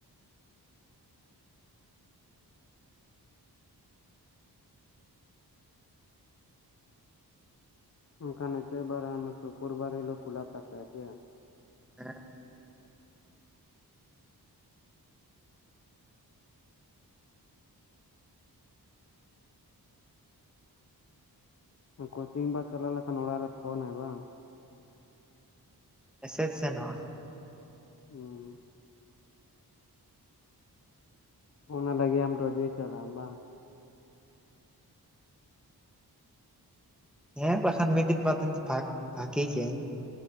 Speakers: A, in the centre; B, on the left (about 40°).
A: <inaudible>
B: ᱚᱱᱠᱟᱱ ᱮᱠᱮᱱ ᱥᱩᱠᱩᱨ ᱵᱟᱨ ᱦᱤᱞᱚᱜ ᱠᱷᱩᱞᱟᱜ ᱛᱟᱯᱮᱭᱟ ᱥᱮ
A: ᱦᱮᱸ
B: ᱠᱳᱪᱤᱝ ᱵᱟ ᱪᱟᱞᱟᱣ ᱞᱮᱠᱷᱟᱱ ᱚᱲᱟᱜ ᱨᱮ ᱯᱷᱳᱱᱟᱭ ᱵᱟᱝ
A: ᱮᱥᱮᱫ ᱥᱮᱱᱚᱜᱼᱟ
B: ᱦᱩᱸ ᱚᱱᱟ ᱞᱟᱹᱜᱤᱫ ᱟᱢ ᱨᱚᱡᱮ ᱪᱟᱞᱟᱜᱼᱟ ᱵᱟᱝ
A: ᱦᱮᱸ ᱵᱟᱠᱷᱟᱱ ᱢᱤᱫ ᱫᱤᱱ ᱵᱟᱨ ᱫᱤᱱ ᱫᱚ ᱵᱷᱟᱠᱵᱷᱟᱜᱮ ᱜᱮᱭᱟᱭ